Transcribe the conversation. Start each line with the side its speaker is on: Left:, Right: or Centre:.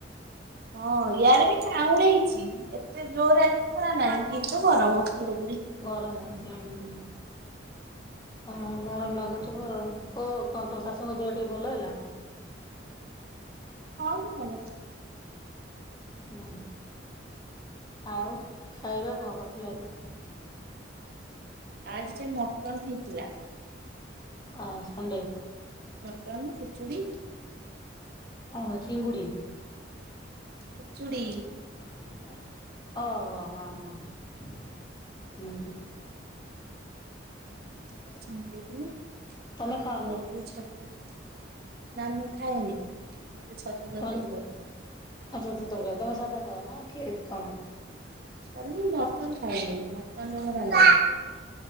Right: ହଁ ୟାର ବି କାଉଁଳେଇଛି। ଏତେ ଜୋରରେ ଆଜି ଖରା ନାହିଁ କିନ୍ତୁ ଗରମ ଗୁୁଳି ଗୁୁଳି।
Left: ଗରମ ହଉଛି। <unintelligible> ହଁ ଗରମ ଲାଗୁଥିବ ଆଉ ଓ କଣ ତମ ଶାଶୁଙ୍କ ଦେହ ଟିକେ ଭଲ ହେଲା?
Right: ହଁ ସେ ଭଲ।
Left: ହଁ ଆଉ ଖାଇବା କଣ କରୁଥିଲା ବେ
Right: ଆଜି ଟି ମଟନ ହେଇଥିଲା।
Left: ହଁ ସଣ୍ଡେ।
Right: ମଟନ୍ ଖିଚୁଡ଼ି।
Left: ଓ ଚିଙ୍ଗୁଡ଼ି।
Right: ଖିଚୁଡ଼ି।
Left: <unintelligible> ଓହୋ ହୋ ହ ହୁଁ।
Right: <unintelligible> ନା
Left: ତମେ
Right: ମୁଁ
Left: ଖାଅ ନା
Right: ଖାଏନି ମତେ ଛତୁ ତରକାରୀ
Left: ଆଚ୍ଛା <unintelligible> ଛତୁ ତରକାରୀ ତମେ ସାଧା ଖାଅ ନା କିଏ କଣ?
Right: <unintelligible> ମଟନ ଖାଇବିନି ମଟନ ରେ ମୋର ଆଲାର୍ଜି।